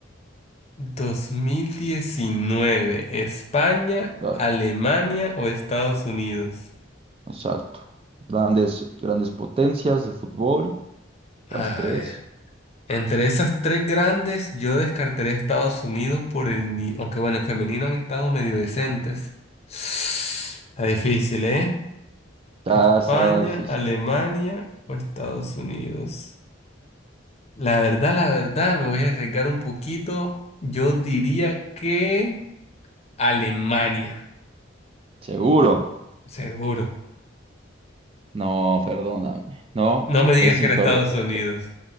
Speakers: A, on the left; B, on the right.
A: 2019, España,
B: Ah,
A: Alemania o Estados Unidos.
B: Exacto. Grandes, grandes potencias de fútbol,
A: A
B: las tres.
A: ver, entre esas tres grandes, yo descartaría a Estados Unidos por el... ni- Aunque bueno, en femenino han estado medio decentes. Está difícil, ¿eh?
B: Ya
A: España,
B: está difícil.
A: Alemania o Estados Unidos. La verdad, la verdad, me voy a arriesgar un poquito. Yo diría que Alemania,
B: Seguro.
A: seguro.
B: No, perdóname. No,
A: No me digas
B: es
A: que
B: incorrecto.
A: era Estados Unidos.